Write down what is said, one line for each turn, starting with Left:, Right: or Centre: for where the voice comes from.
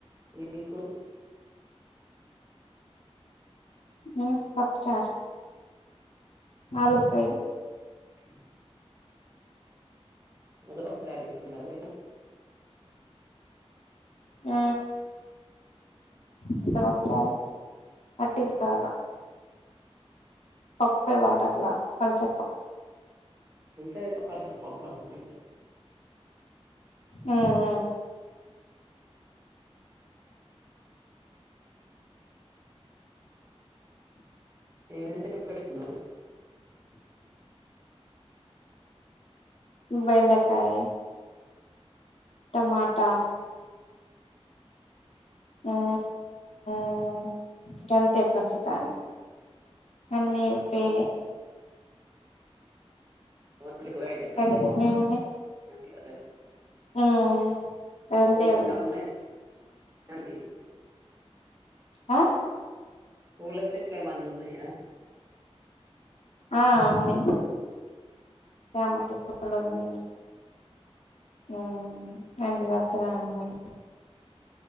Right: మీకు
Left: ఊ పప్పు చారు ఆలూ ఫ్రై
Right: ఉ ముదపప్పు చారు చేసుకుంటారా మీరు
Left: ఆ ముద్ద పప్పు చార అట్టిగా పప్పే వాటర్లా పల్చగా
Right: తింటది <unintelligible> పప్పన్నం
Left: ఆ ఆ
Right: ఏం ఎంతే తొక్ పెట్టుకున్నారు
Left: బెండకాయ టమాటా ఆ ఊ గంతే ప్రస్తుతానికి పన్నీరు పేనే
Right: ఒ ఇపుడు అయితే ఎట్లా
Left: దగ్గరేమేమి
Right: ఉంది
Left: ఉన్నాయి
Right: నా మీద గా
Left: మ్మ్ రెండే
Right: పూల చెట్లు
Left: ఉన్నాయి
Right: ఏమన్న ఉన్నాయా అండి
Left: అ
Right: పూల చెట్లు ఏమన్న ఉన్నాయ
Left: ఆ ఉన్నాయి చామతి పూలు ఉన్నయ్ ఊ నందివర్దనాలు వున్నయ్